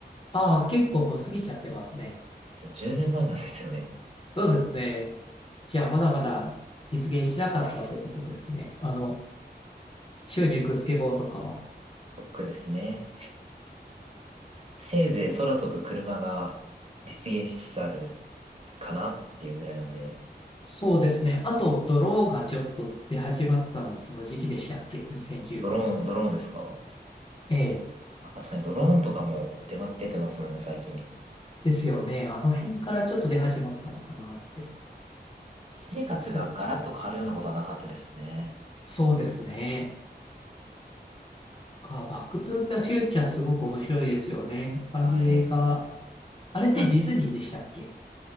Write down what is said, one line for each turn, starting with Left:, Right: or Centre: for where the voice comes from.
Left: ああ、結構もう過ぎちゃってますね。
Right: 10年前なんですよね。
Left: そうですね。じゃあ、まだまだ実現しなかったってことですね。あの、宙に浮くスケボーとかは。
Right: ドクですね。せいぜい空飛ぶ車が実現しつつあるかなっていうぐらいなんで、
Left: そうですね。あと、ドローがちょっと出始まったのもその時期でしたっけ ?2015
Right: ドローン、
Left: 年とか。
Right: ドローンですか
Left: ええ。
Right: あ、確かにドローンとかも出ま、
Left: あの、
Right: 出てますもんね、最近。
Left: ですよね。あの辺からちょっと出始まったのかなって。
Right: 私生活がガラッと変わるようなことはなかったですね。
Left: そ、そうですね。か、バックトゥーザフューチャーすごく面白いですよね。ああいう映画は。
Right: はい。
Left: あれってディズニーでしたっけ
Right: なんですよ。